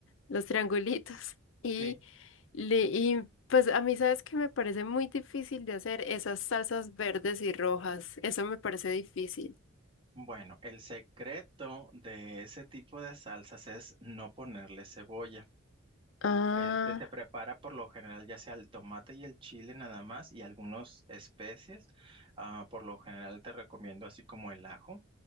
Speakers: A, on the left; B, on the right.
A: los triangulitos <laughs> y...
B: Sí,
A: Le- y pues a mí, ¿sabes que Me parece muy difícil de hacer esas salsas verdes y rojas. Eso me parece difícil.
B: bueno, el secreto de ese tipo de salsas es no ponerle cebolla.
A: Ah,
B: Este se prepara por lo general ya sea el tomate y el chile nada más y algunas especies. Ah, por lo general te recomiendo así como el ajo